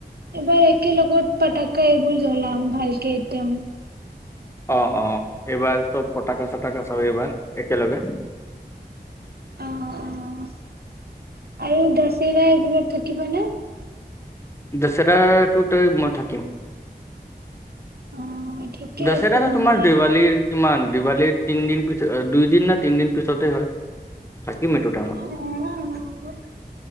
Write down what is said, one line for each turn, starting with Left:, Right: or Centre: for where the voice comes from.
Right: এবাৰ একেলেলগত পাতাকা এইবোৰ জ্বলাম ভালকে একদম
Left: অ', অ এইবাৰ চব পটাকা চটাকা ধৰিবা একেলগে
Right: অ', অ' আৰু দচিৰা এইবিলাক থাকিব নে?
Left: দচৰা টো তই মই থাকিম।
Right: অ' ঠিকে
Left: দশেৰাটো
Right: আছে আমি
Left: তোমাৰ দেৱালীৰ কিমান? দিৱালীৰ তিনদিন পিছত দুইদিন না তিনদিন পিছতে হয়। থাকিম এইটো টাইমত
Right: <unintelligible>